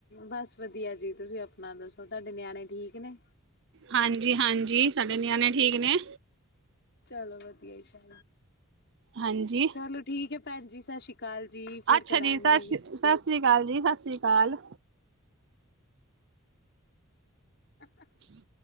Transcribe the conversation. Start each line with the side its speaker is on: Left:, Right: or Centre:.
Left: ਬਸ ਵਧੀਆ ਜੀ, ਤੁਸੀਂ ਆਪਣਾ ਦੱਸੋ, ਤੁਹਾਡੇ ਨਿਆਣੇ ਠੀਕ ਨੇ?
Right: ਹਾਂਜੀ-ਹਾਂਜੀ, ਸਾਡੇ ਨਿਆਣੇ ਠੀਕ ਨੇ,
Left: ਚਲੋ ਵਧੀਆ ਹੀ ਸਬ,
Right: ਹਾਂਜੀ
Left: ਚਲੋ ਠੀਕ ਹੈ, ਭੈਣ ਜੀ ਸਤਿ ਸ਼੍ਰੀ ਅਕਾਲ। ਅਕਾਲ ਜੀ, ਫੇਰ
Right: ਅੱਛਾ
Left: ਕਰਾਂਗੀ।
Right: ਜੀ ਸਤਿ ਸ੍ਰੀ ਸਤਿ ਸ਼੍ਰੀ ਅਕਾਲ ਜੀ, ਸਤਿ ਸ਼੍ਰੀ ਅਕਾਲ
Left: ਅ <unintelligible>
Right: ਹੂੰ,